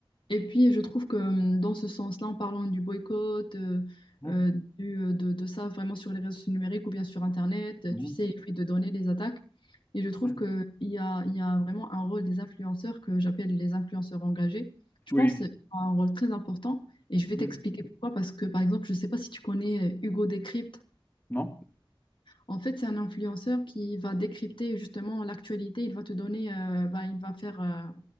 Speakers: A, on the left (about 60°); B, on the left (about 20°).
A: Et puis, je trouve que euh, dans ce sens-là, en parlant du boycott, euh,
B: Hein,
A: euh, du- euh, de, de ça vraiment sur les réseaux numériques ou bien sur Internet, euh,
B: hein,
A: tu sais, les fuites de donner les attaques. Et je trouve
B: hein.
A: qu'il y a, il y a vraiment un rôle des influenceurs que j'appelle les influenceurs engagés. Je
B: Oui.
A: pense qu'ils ont un rôle très important. Et je vais t'expliquer
B: hein.
A: pourquoi. Parce que, par exemple, je ne sais pas si tu connais euh, Hugo Décrypte.
B: Non?
A: En fait, c'est un influenceur qui va décrypter justement l'actualité. Il va te donner, euh, bah, il va faire. euh,